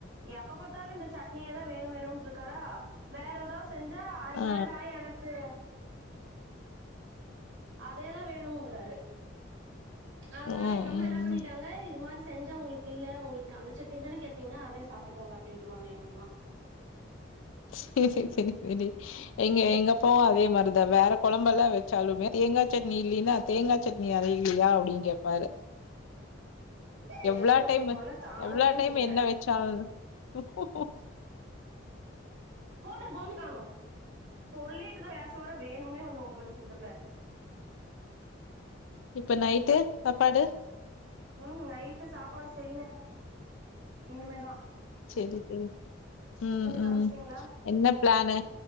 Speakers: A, on the right (about 80°); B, on the left (about 85°).
A: எப்ப பாத்தாலு இந்த சட்னியேதா வேணு வேணுட்டு இருக்காரா வேற ஏதாவது செஞ்சா அது
B: ஆ
A: வேண்டா எனக்கு அதேதா வேணுங்குறாரு அதனால
B: ம்
A: எங்க அம்மா
B: ம்
A: என்ன பண்ணிடாங்க இது மாரி செஞ்சா உங்ளுக்கு இல்ல உங்ளுக்கு அந்த சட்னி தான கேபீங்க அதே சாப்டுகோங்க அப்டின்றுவாங்க எங்க அம்மா
B: செரி செரி செரி எங்க எங்க அப் இப்போவு அதே மாரிதா வேற குழம்பேலா வச்சாலுமே தேங்கா சட்னி இல்லினா தேங்கா சட் இன்னு அறையிலியா அப்டினு கேப்பாரு
A: இங்க
B: எவ்ளோ
A: ஒருத்தி
B: டைமு
A: தொல்லை தாங்கவே
B: எவ்ளோ டைமு
A: முடியல
B: என்ன வச்சால் <unintelligible>
A: போ <unintelligible> சொல்லிட்டுதா பேச வர வேணும்னே வந்து வம்பு இழுக்கு இந்த பிள
B: இப்ப நைட்டு சாப்பாடு
A: உம் நைட்டு சாப்பாடு செய்ணு இனிமே தா
B: சேரி செய்வோ உம்
A: சமைச்சிட்டீங்களா
B: உம் என்ன பிளானு